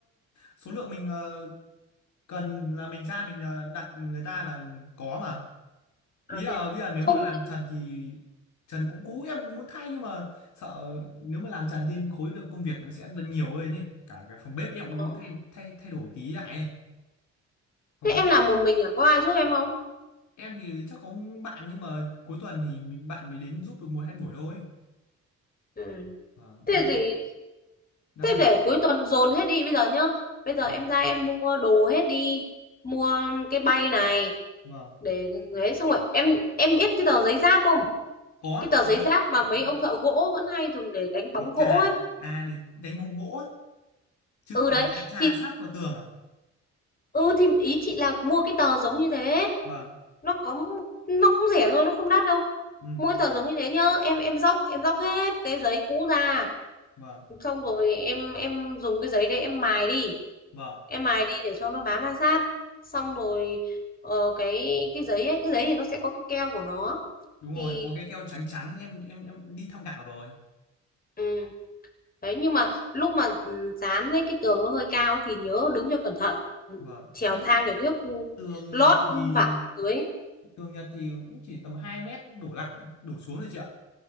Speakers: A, on the left; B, on the left.
A: số lượng mình ờ, cần là mình ra mình ờ, đặt người ta là có mà
B: à
A: ý là
B: thế à
A: bây giờ nếu
B: không
A: mà làm
B: chứ-
A: trần thì trần cũng cũ em cũng muốn thay nhưng mà sợ nếu mà làm trần thì khối lượng công việc nó sẽ đ- nhiều hơn này cả cái phòng bếp em
B: ờ.
A: cũng thay thay thay đổi tí lại ấy. phòng
B: thế em
A: bếp
B: làm một mình à có ai giúp em không
A: em thì chắc có bạn nhưng mà cuối tuần thì mình bạn mới đến giúp được một hai buổi thôi
B: ừ.
A: Vâng,
B: thế
A: đang
B: thì
A: hỏi đang
B: Thế
A: hỏi
B: để cuối tuần dồn hết đi bây giờ nhá. Bây giờ
A: vâng
B: em ra em mua đồ hết đi. Mua cái bay này
A: vâng
B: để đấy xong rồi em em biết cái tờ giấy giáp không?
A: có
B: Cái tờ
A: đi,
B: giấy giáp mà mấy
A: đi,
B: ông thợ gỗ vẫn hay dùng để đánh bóng
A: đi
B: gỗ
A: trà
B: ấy.
A: à để đánh bóng gỗ á. chứ
B: Ừ
A: không phải
B: đấy
A: là trà trà
B: thì
A: sát vào tường à
B: ừ thì ý chị là mua cái tờ giống như thế.
A: vâng
B: Nó có nó cũng rẻ thôi, nó không đắt đâu.
A: ừ
B: Mỗi tờ giống như thế nhá, em em dóc em dóc hết cái giấy cũ ra,
A: vâng
B: xong rồi em em dùng cái giấy đấy em mài đi.
A: vâng
B: em mài đi để cho nó bám ma sát xong rồi ờ, cái cái giấy ấy cái giấy thì nó sẽ có cái keo của nó
A: đúng rồi
B: thì
A: có cái keo trắng trắng em em em đi thăm gạo rồi
B: ừ. đấy nhưng mà lúc mà ừ, dán ấy cái tường nó hơi cao thì nhớ đứng cho cẩn thận
A: vâng
B: trèo
A: ý
B: thang
A: là
B: trèo thước ừ,
A: tường
B: lót
A: Nhật thì
B: vải dưới
A: tường Nhật thì cũng chỉ tầm 2 mét đổ lại đổ xuống thôi chị ạ